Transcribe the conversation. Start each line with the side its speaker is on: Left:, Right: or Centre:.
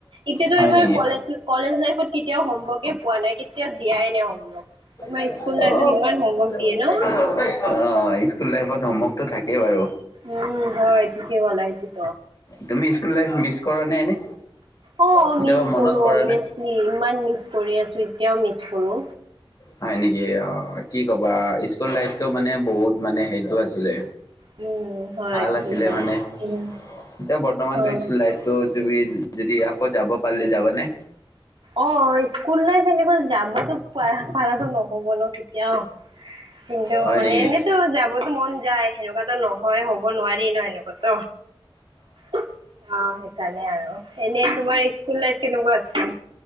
Right: এতিয়াতো
Left: হয়
Right: ইমাৰ
Left: নেকি
Right: কলেজ কলেজ লাইফত কেতিয়াও হোমৱৰ্কে পোৱা নাই কেতিয়াও দিয়াই নাই হোমৱৰ্ক
Left: অ' <unintelligible>
Right: স্কুল লাইফত ইমান হোমৱৰ্ক দিয়ে ন?
Left: স্কুল লাইফত হোমৱৰ্কতটো থাকেই বাৰু।
Right: উম হয় ঠিকেই কলা এইটো।
Left: তুমি স্কুল লাইফ মিচ কৰা নাই এনে?
Right: অ'
Left: কেতিয়াবা
Right: মিছ
Left: মনত
Right: কৰো
Left: পৰা
Right: অব্বিয়াছলী,
Left: নে?
Right: ইমান মিচ কৰি আছো, এতিয়াও মিছ কৰো।
Left: হয় নেকি, অ' কি কবা, স্কুল লাইটো মানে বহুত মানে হেইতটো আছিলে
Right: উম হয়
Left: ভাল
Right: ঠিকেই
Left: আছিলে
Right: কৈছা
Left: মানে।
Right: উম
Left: এতিয়া বৰ্তমানটো
Right: হয়
Left: স্কুল লাইফটো যদি আকৌ যাব পাৰিলে, যাবা নে?
Right: অ স্কুল লাইফটো <unintelligible> <unintelligible> যাবতো পাৰাতো নহ'ব ন কেতিয়াও কিন্তু
Left: হয়
Right: মানে
Left: নেকি?
Right: এনেইতো যাবতো মন যায়, সেনেকুৱাতো নহয়, হব নোৱাৰি ন সেনেকুৱাতো। অ' সেইকাৰণে আৰু, এনে তোমাৰ স্কুল লাই কেনেকুৱা আছে